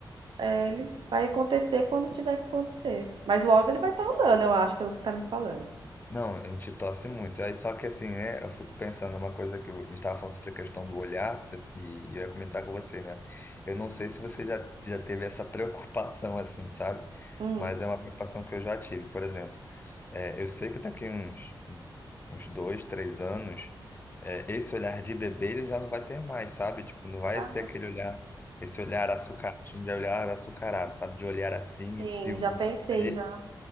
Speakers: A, on the right; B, on the left.
A: é, eles vai acontecer quando tiver que acontecer. Mas logo ele vai estar andando, eu acho, pelo que você tá me falando.
B: Não, a gente torce muito. Aí, só que assim, né? Eu fico pensando uma coisa que eu- a gente estava falando sobre a questão do olhar, e e eu ia comentar com você, né? Eu não sei se você já, já teve essa <laughs> preocupação, assim, sabe?
A: Hum.
B: Mas é uma preocupação que eu já tive. Por exemplo, é, eu sei que daqui uns, uns dois, três anos, é, esse olhar de bebê ele já não vai ter mais, sabe? Tipo, não vai
A: Ah,
B: ser aquele olhar, esse olhar açucarado, chama de olhar açucarado, sabe? De olhar assim
A: Sim,
B: e.
A: já pensei já.